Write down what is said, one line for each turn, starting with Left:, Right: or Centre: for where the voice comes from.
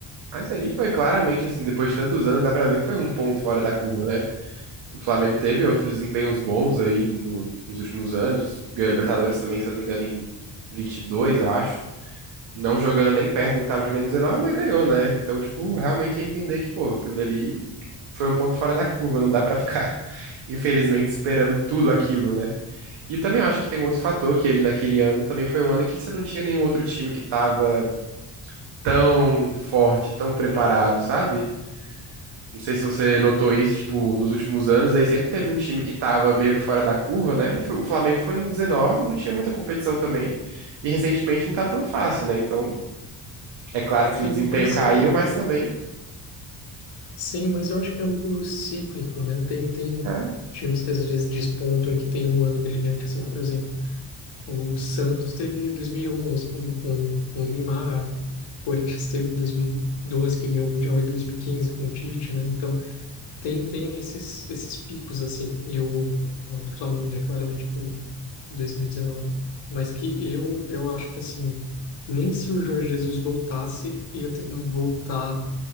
Right: mas ali foi claramente assim, depois de tantos anos, dá pra ver que foi um ponto fora da curva, né? O Flamengo teve outros desempenhos bons aí no- nos últimos anos. Ganhou a Libertadores também, se eu não me engano, em 22, eu acho. Não jogando nem perto do que tava jogando em 19, mas ganhou, né? Então, tipo, realmente é entender que, pô, aquilo dali foi um ponto fora da curva. Não dá pra ficar, <laughs> infelizmente, esperando tudo aquilo, né? E também eu acho que tem um outro fator, que ele naquele ano também foi um ano que você não tinha nenhum outro time que tava tão forte, tão preparado, sabe? Não sei se você notou isso, tipo, nos últimos anos aí sempre teve um time que tava meio que fora da curva, né? E foi- o Flamengo foi em 19, não tinha muita competição também. E recentemente não tá tão fácil, né? Então, é claro
Left: Sim,
Right: que o desempenho
Left: mas
Right: caiu,
Left: ah,
Right: mas também.
Left: Sim, mas eu acho que é algo cíclico, né? Tem, tem
Right: é.
Left: times que às vezes despontam em que tem um ano brilhante, assim, por exemplo. O Santos teve 2011 com, com, com o Neymar, o Corinthians teve 2012, que ganhou o Mundial, e 2015 com o Tite, né? Então, tem, tem esses, esses picos, assim. E o, o do Flamengo, né? Claramente foi 2019. Mas que eu, eu acho que, assim, nem se o Jorge Jesus voltasse, ia ter como voltar